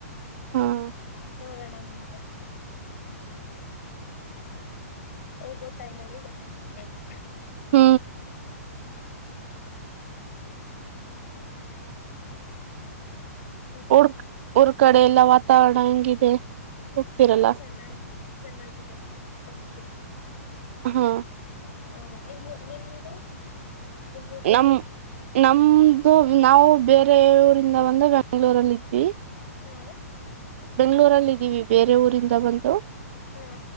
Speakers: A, on the right; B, on the left.
A: ಹ್ಮ್
B: ನೋಡೋಣ ಮುಂದೆ. ಹೋಗೋ ಟೈಮ್ ಅಲ್ಲಿ ಗೊತ್ತಾಗುತ್ತಾ ಇಲ್ಲ.
A: ಹ
B: ಹ್ಮ್ ಮತ್ತೆ
A: ರ್ ಊರ್ ಕಡೆ ಎಲ್ಲಾ ವಾತಾವರಣ ಹೆಂಗಿದೆ. ಹೋಗ್ತಿರಲ್ಲ
B: ಹಾ ಚೆನ್ನಾಗಿದೆ ಚೆನ್ನಾಗಿದೆ ಹೋಗ್ತಿವ್.
A: ಹಾ
B: ಹಾ ನಿಮ್ಮು ನಿಮ್ದು. ನಿಮ್ಮೂರ್
A: ನಮ್
B: ಕಡೆ
A: ನಮ್ ನಾವು ಬೇರೆ ಊರಿಂದ ಬಂದು ಬೆಂಗಳೂರಲ್ಲಿದ್ವಿ.
B: ಹಾ
A: ಬೆಂಗ್ಳೂರಲ್ಲಿದ್ದೀವಿ ಬೇರೆ ಊರಿಂದ ಬಂದು.
B: ಹಾ